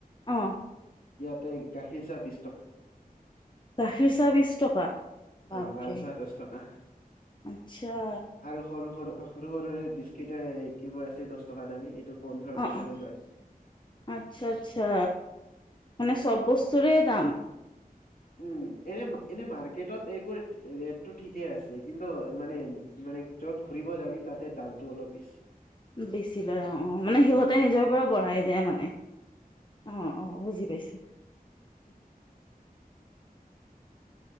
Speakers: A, on the left; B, on the left.
A: অ
B: ইয়াতে গাখীৰ চাহ বিশ টকা।
A: গাখীৰ চাহ বিছ টকা ভাপেম।
B: অ লাল চাহ দহ টকা
A: আচ্ছা।
B: আৰু সৰু সৰু সৰু সৰুৰে বিস্কিট কিবোৰ আছে দহ টকা দামী এইটো পোন্ধৰ টকাকে
A: অ' অ'
B: লয়
A: আচ্ছা আচ্ছা, মানে চব বস্তু চুৰেদাম।
B: উম, এনে এনে মাৰ্কেটত এইবোৰৰ ৰেটটো ঠিকেই আছে। কিন্তু মানে মানে য'ত ঘুৰিব যাবি, তাতে দামটো অলপ বেছি।
A: বেছি লয় অ' অ' মানে সিহঁতে নিজৰ পৰা বঢ়াই দিয় মানে অ', অ'। বুজি পাইছোঁ।
B: উম।